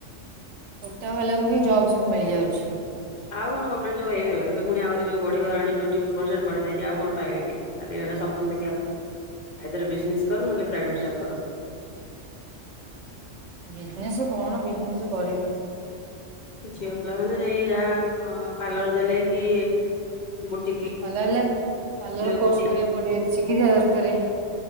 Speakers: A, on the right (about 70°); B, on the left (about 45°).
A: କୋଟା ବାଲାଙ୍କୁ ହିଁ ଜବ୍ ସବୁ ମିଳିଯାଉଛି।
B: ଆଉ କଣ ଗମେଟେ ଜବ ହେଇପାରିବ ଏବେ ଫୁଣି ଆହୁରି ଯୋଉ ବଢିଗଲାଣି ଟଣ୍ଟି ଟୁ ପରସେଣ୍ଟ ବଢି ଦେଇଚି ଆଉ କଣ ପାଇବେ କି? ଖାଲି ଗୋଏଟା ସପନ ଦେଖିବା କଥା ଆଇଦର ବିନେସ
A: ହଁ
B: କର ନହେଲେ ପ୍ରାଇଭେଟ ଜବ୍ କର।
A: ବିଜନେସ୍ କଣ ବିଜନେସ୍ କରିବି?
B: ଝିଅ ପିଲାମାନୋନେ ସେଇ ଯାହା ପାର୍ଲର ଦେଲେ କି ବୁଟିକି
A: ଭଲ ହେଲା ପାଲର କୋର୍ସ
B: ବୁଟିକ
A: କରିବାକୁ ପଡିବ ଶିକିଥିବା ଦରକାରେ।